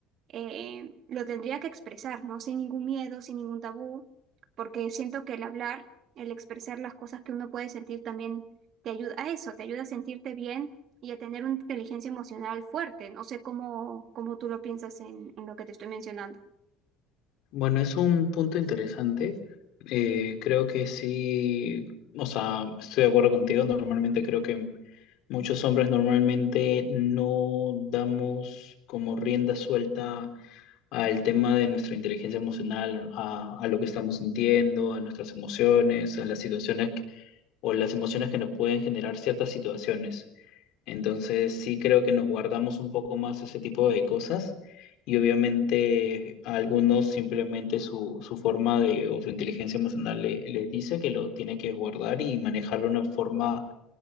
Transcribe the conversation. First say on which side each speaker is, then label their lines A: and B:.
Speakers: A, on the right; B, on the left.
A: eh, lo tendría que expresar, ¿no? Sin ningún miedo, sin ningún tabú, porque siento que el hablar, el expresar las cosas que uno puede sentir también te ayuda a eso, te ayuda a sentirte bien y a tener una inteligencia emocional fuerte. No sé cómo, cómo tú lo piensas en, en lo que te estoy mencionando.
B: Bueno, es un punto interesante. Eh, creo que sí, o sea, estoy de acuerdo contigo. Normalmente creo que muchos hombres normalmente no damos como rienda suelta al tema de nuestra inteligencia emocional, a, a lo que estamos sintiendo, a nuestras emociones, a las situaciones que- o las emociones que nos pueden generar ciertas situaciones. Entonces, sí creo que nos guardamos un poco más ese tipo de cosas y obviamente a algunos simplemente su, su forma de o su inteligencia emocional le- les dice que lo tiene que guardar y manejarlo de una forma